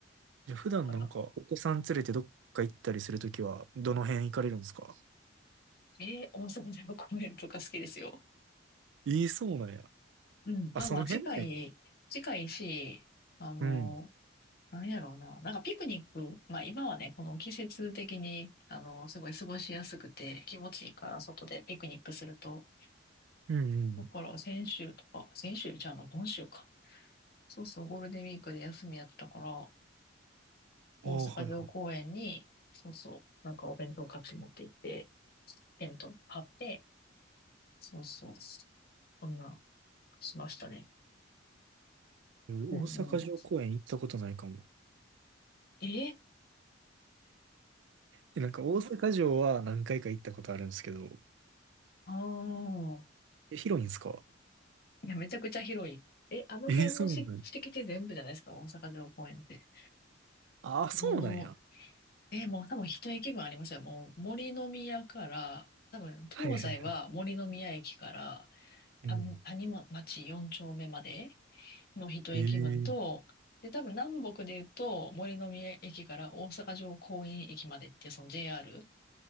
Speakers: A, on the right; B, on the left.
A: じゃあ普段なんか、
B: う。だから、
A: お子さん連れてどっか行ったりするときは、どの辺行かれるんですか
B: えー、大阪では公園とか好きですよ。
A: ええ、そうなんや。
B: うん。
A: あ、
B: まあまあ近い、
A: その辺ね。
B: 近いし、あの、
A: うん。
B: なんやろうな。なんかピクニック、まあ今はね、この季節的に、あの、すごい過ごしやすくて気持ちいいから外でピクニックすると。
A: うんうん。
B: だから先週とか、先週ちゃうの、今週か。そうそう、ゴールデンウィークで休みやったから、大
A: ああ、
B: 阪城公園に、
A: はいはい。
B: そうそう、なんかお弁当買って持って行って、テント張って、そうそう、そんな、しましたね。
A: えー大阪城公園行ったことないかも。
B: うんうん。ええ
A: え、なんか大阪城は何回か行ったことあるんですけど、
B: ああー、
A: え、広いんですか
B: いや、めちゃくちゃ広い。え、あの辺のし敷地全部じゃないですか、
A: えーそうなんや。
B: 大阪城公園って。
A: ああ、
B: もう、
A: そうなんや。
B: え、もう多分一駅分ありますよ。もう森の宮から、多分東西は森の宮駅から、
A: はいはいはい。
B: 多分谷ま町4丁目まで
A: うん。
B: の一駅分と、
A: ええ。
B: で、多分南北で言うと森の宮駅から大阪城公園駅までっていうその JR